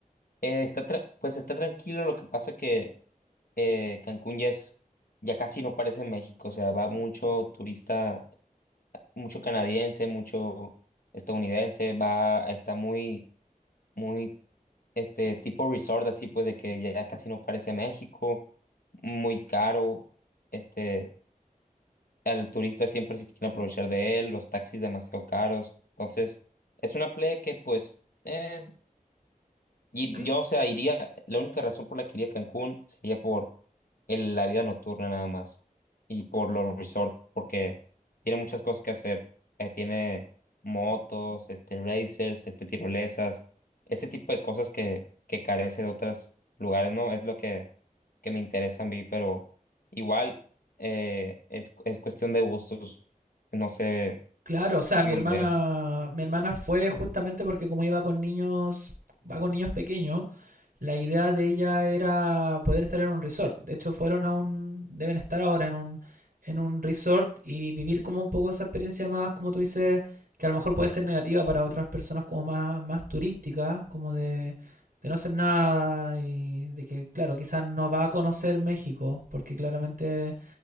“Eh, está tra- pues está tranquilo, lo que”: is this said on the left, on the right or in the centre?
Left